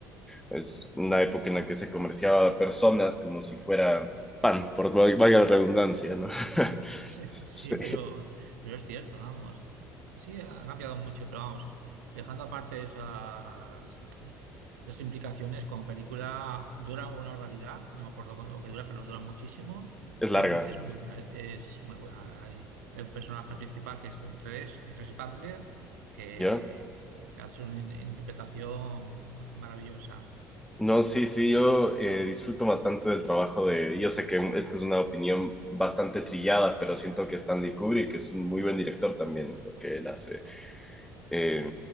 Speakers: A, in the centre; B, on the right.
A: Es una época en la que se comerciaba a personas como si fuera pan, por valga la redundancia, ¿no? <laughs>
B: <laughs> Sí, sí,
A: Sí,
B: pero, pero es cierto, vamos. Sí, ha cambiado mucho, pero vamos, dejando aparte esas, esas implicaciones, como película dura una barbaridad, no me acuerdo con lo que dura, pero dura muchísimo,
A: es
B: pero
A: larga,
B: es, muy- es muy buena, eh, es muy buena. Hay, hay un personaje principal que es Res, Res Butler, que
A: ¿ya?
B: hace una in- interpretación maravillosa.
A: No, sí, sí, yo eh, disfruto bastante del trabajo de... Yo sé que esta es una opinión bastante trillada, pero siento que Stanley Kubrick es un muy buen director también en lo que él hace. Eh,